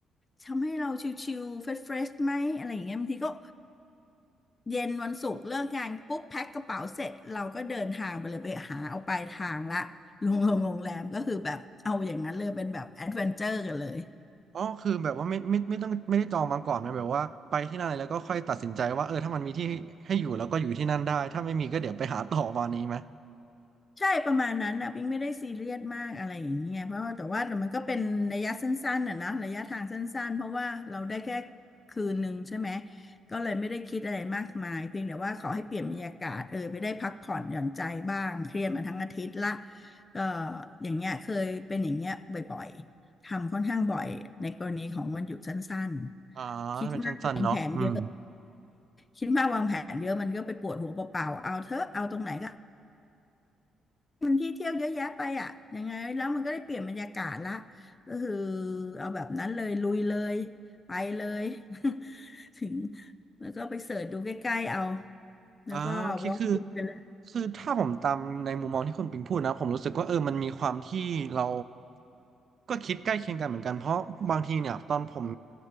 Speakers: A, on the left; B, on the right.
A: ทำให้เราชิลๆเฟรชๆไหมอะไรอย่างเงี้ยบางทีก็เย็นวันศุกร์เลิกงานปุ๊บแพ็คกระเป๋าเสร็จเราก็เดินทางไปเลยไปหาเอาปลายทางละลงลงโรงแรมก็คือแบบเอาอย่างนั้นเลยเป็นแบบแอดเวนเจอร์กันเลย
B: อ๋อคือแบบว่าไม่ไม่ไม่ต้องไม่ได้จองมาก่อนนะแบบว่าไปที่นั่นเลยแล้วก็ค่อยตัดสินใจว่าเออถ้ามันมีที่ให้อยู่แล้วก็อยู่ที่นั่นได้ถ้าไม่มีก็เดี๋ยวไปหาต่อวันนี้ไหม
A: ใช่ประมาณนั้นนะปิ๊งไม่ได้ซีเรียสมากอะไรอย่างเงี้ยเพราะว่าแต่ว่าแต่มันก็เป็นระยะสั้นๆน่ะนะระยะทางสั้นๆเพราะว่าเราได้แค่คืนหนึ่งใช่ไหมก็เลยไม่ได้คิดอะไรมากมายเพียงแต่ว่าขอให้เปลี่ยนบรรยากาศเออไปได้พักผ่อนหย่อนใจบ้างเครียดมาทั้งอาทิตย์ละก็อย่างเงี้ยเคยเป็นอย่างเงี้ยบ่อยๆทำค่อนข้างบ่อยในกรณีของวันหยุดสั้นๆคิดมากวางแผนเยอะ
B: อ่าถ้าเป็นสั้นๆเนาะอืม
A: คิดมากวางแผนเยอะมันก็ไปปวดหัวเปล่าๆเอาเถอะเอาตรงไหนก็ มันที่เที่ยวเยอะแยะไปอ่ะยังไงแล้วมันก็ได้เปลี่ยนบรรยากาศละก็คือเอาแบบนั้นเลยลุยเลยไปเลย <laughs> ถึงแล้วก็ไปเสิร์ชดูใกล้ๆเอาแล้วก็วอล์กไปเลย
B: อ่าโอเคคือคือถ้าผมตามในมุมมองที่คุณปิงพูดนะผมรู้สึกว่าเออมันมีความที่เราก็คิดใกล้เคียงกันเหมือนกันเพราะบางทีเนี่ยตอนผม